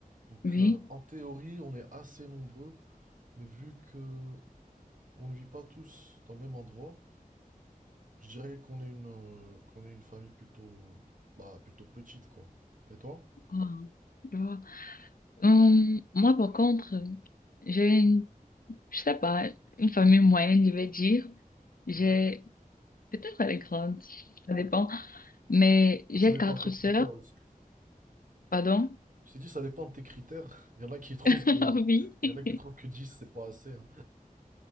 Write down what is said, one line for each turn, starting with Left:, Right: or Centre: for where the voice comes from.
Right: Donc,
Left: oui.
Right: euh, en théorie, on est assez nombreux, mais vu que on ne vit pas tous dans le même endroit. Je dirais qu'on est une, euh, qu'on est une famille plutôt, bah, plutôt petite, quoi. Et toi?
Left: Ah, je vois. Hum, moi, par contre, j'ai une, je sais pas, une famille moyenne, je vais dire. J'ai
Right: Ouais.
Left: Peut-être elle est grande, ça dépend. Mais
Right: Bah,
Left: j'ai
Right: Ça dépend
Left: quatre
Right: de tes critères
Left: sœurs,
Right: aussi.
Left: pardon.
Right: Je t'ai dit, ça dépend de tes critères. Il y en a qui trouvent
Left: <laughs>
Right: que,
Left: Oui.
Right: il y en a qui trouvent que 10 c'est pas assez. hein.